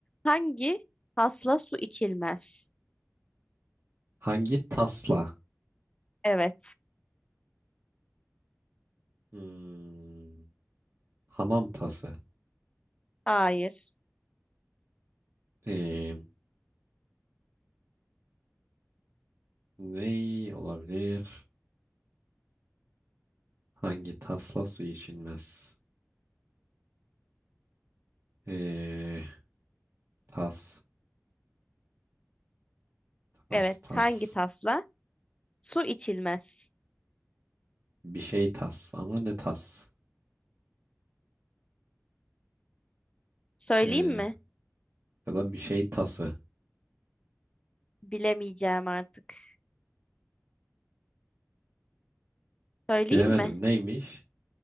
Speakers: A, on the left; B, on the right.
A: Hangi tasla su içilmez?
B: Hangi tasla?
A: Evet.
B: Hmm, hamam tası.
A: Hayır.
B: Ee, ne olabilir? Hangi tasla su içilmez? Ee, tas, tas,
A: Evet.
B: tas.
A: Hangi tasla? Su içilmez.
B: Bir şey tas ama ne tas?
A: Söyleyeyim
B: Ee,
A: mi?
B: ya da bir şey tası.
A: Bilemeyeceğim artık. Söyleyeyim
B: Bilemedim
A: mi?
B: neymiş?